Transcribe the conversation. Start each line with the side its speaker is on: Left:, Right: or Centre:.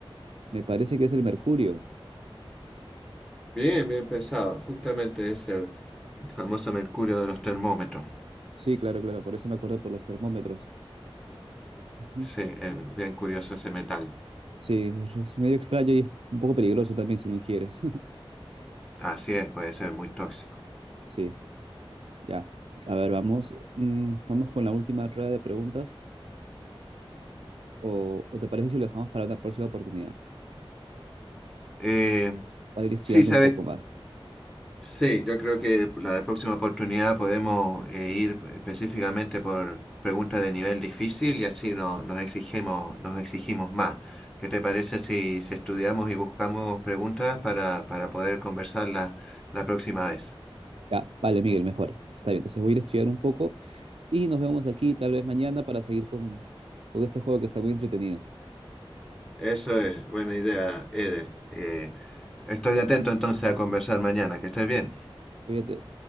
Right: me parece que es el mercurio.
Centre: Bien, bien pesado. Justamente es el famoso mercurio de los termómetros.
Right: Sí, claro, claro, por eso me acuerdo por los termómetros. Ujú.
Centre: Sí, es bien curioso ese metal.
Right: Sí, es medio extraño y es un poco peligroso también si lo ingieres. <laughs>
Centre: Así es, puede ser muy tóxico.
Right: Sí, ya. A ver, vamos, mm, vamos con la última rueda de preguntas. ¿O, o te parece si lo dejamos para una próxima oportunidad?
Centre: Eh,
Right: Para ir estudiando
Centre: sí, sabes,
Right: un poco más.
Centre: sí, yo creo que la próxima oportunidad podemos eh, ir específicamente por preguntas de nivel difícil y así no- nos exigimos, nos exigimos más. ¿Qué te parece si, si estudiamos y buscamos preguntas para, para poder conversarlas la próxima vez?
Right: Ya, vale, Miguel, mejor. Está bien, entonces voy a ir a estudiar un poco y nos vemos aquí tal vez mañana para seguir con, con este juego que está muy entretenido.
Centre: Eso es, buena idea, Eder. Eh, Estoy atento entonces a conversar mañana. Que estés bien.
Right: Cuídate.